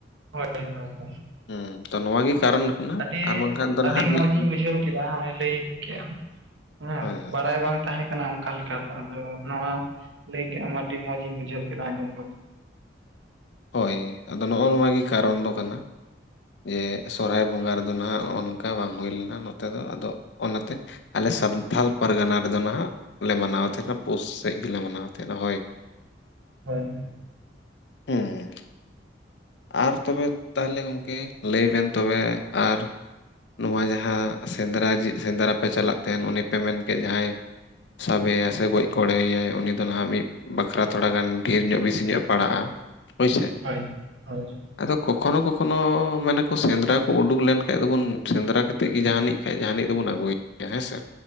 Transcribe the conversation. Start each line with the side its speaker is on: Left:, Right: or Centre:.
Right: ᱦᱳᱭ ᱦᱳᱭ ᱦᱳᱭ
Left: ᱦᱩᱸ ᱛᱚ ᱱᱚᱣᱟ ᱜᱮ ᱠᱟᱨᱚᱱ ᱠᱟᱱᱟ
Right: ᱟᱹᱰᱤ
Left: ᱟᱨ ᱵᱟᱝᱠᱷᱟᱱ ᱫᱚ
Right: ᱟᱹᱰᱤ
Left: ᱱᱟᱦᱟᱜ ᱢᱤᱫ
Right: ᱢᱚᱡᱤᱧ ᱵᱩᱡᱷᱟᱹᱣ ᱠᱮᱫᱟ ᱦᱮᱸᱜᱼᱮ ᱞᱟᱹᱭ ᱠᱮᱜᱼᱟᱢ᱾ ᱦᱮᱸ
Left: ᱦᱳᱭ ᱦᱳᱭ
Right: ᱵᱟᱲᱟᱭ ᱵᱟᱝ ᱛᱟᱦᱮᱸ ᱠᱟᱱᱟ ᱚᱱᱠᱟ ᱞᱮᱠᱟ ᱫᱚ ᱟᱫᱚ ᱱᱚᱣᱟ ᱞᱟᱹᱭ ᱠᱮᱜᱼᱟᱢ ᱟᱹᱰᱤ ᱢᱚᱸᱡᱽ ᱤᱧ ᱵᱩᱡᱷᱟᱹᱣ ᱠᱮᱫᱟ ᱟᱸᱡᱚᱢ ᱠᱟᱛᱮ᱾
Left: ᱦᱳᱭ ᱟᱫᱚ ᱱᱚᱜᱼ ᱱᱚᱣᱟ ᱜᱮ ᱠᱟᱨᱚᱱ ᱫᱚ ᱠᱟᱱᱟ᱾ ᱡᱮ ᱥᱚᱦᱚᱨᱟᱭ ᱵᱚᱸᱜᱟ ᱨᱮᱫᱚ ᱱᱟᱦᱟᱜ ᱱᱚᱜᱼᱚ ᱱᱚᱝᱠᱟ ᱵᱟᱝ ᱦᱩᱭ ᱞᱮᱱᱟ ᱱᱚᱛᱮ ᱫᱚ ᱟᱫᱚ ᱚᱱᱟᱛᱮ ᱟᱞᱮ ᱥᱟᱱᱛᱷᱟᱞ ᱯᱟᱨᱜᱟᱱᱟ ᱨᱮᱫᱚ ᱱᱟᱦᱟᱜ ᱞᱮ ᱢᱟᱱᱟᱣ ᱛᱟᱦᱮᱱᱟ ᱯᱩᱥ ᱥᱮᱫ ᱜᱮᱞᱮ ᱢᱟᱱᱟᱣ ᱛᱟᱦᱮᱱᱟ ᱦᱳᱭ᱾
Right: ᱦᱳᱭ
Left: ᱦᱩᱸ ᱟᱨ ᱛᱚᱵᱮ ᱛᱟᱦᱞᱮ ᱜᱚᱢᱠᱮ ᱞᱟᱹᱭ ᱵᱮᱱ ᱛᱚᱵᱮ ᱟᱨ ᱱᱚᱣᱟ ᱡᱟᱦᱟᱸ ᱥᱮᱸᱱᱫᱽᱨᱟ ᱡᱮ ᱥᱮᱸᱱᱫᱽᱨᱟ ᱯᱮ ᱪᱟᱞᱟᱜ ᱛᱟᱦᱮᱱ ᱩᱱᱤ ᱯᱮ ᱢᱮᱱᱠᱮᱫ ᱡᱟᱦᱟᱸᱭ ᱥᱟᱵᱮᱭᱟ ᱥᱮ ᱜᱚᱡ ᱜᱽᱚᱲᱚᱭᱟᱭ ᱩᱱᱤ ᱫᱚ ᱱᱟᱦᱟᱜ ᱢᱤᱫ ᱵᱟᱠᱷᱨᱟ ᱛᱷᱚᱲᱟ ᱜᱟᱱ ᱰᱷᱮᱨ ᱧᱚᱜ ᱵᱮᱥᱤ ᱧᱚᱜ ᱮ ᱯᱟᱲᱟᱜᱼᱟ ᱦᱳᱭᱥᱮ᱾
Right: ᱦᱳᱭ ᱦᱳᱭ
Left: ᱟᱫᱚ ᱠᱚᱠᱷᱚᱱᱚ ᱠᱚᱠᱷᱚᱱᱚ ᱢᱮᱱᱟ ᱠᱚ ᱥᱮᱸᱱᱫᱽᱨᱟ ᱠᱚ ᱩᱰᱩᱝ ᱞᱮᱱᱠᱷᱟᱡ ᱫᱚᱵᱚᱱ ᱥᱮᱸᱱᱫᱽᱨᱟ ᱠᱟ ᱛᱮᱜ ᱜᱮ ᱡᱟᱦᱟᱱᱤᱡ ᱠᱷᱟᱡ ᱡᱟᱦᱟᱱᱤᱡ ᱫᱚᱵᱚᱱ ᱟᱹᱜᱩᱭᱮᱭᱟ ᱦᱮᱸ ᱥᱮ᱾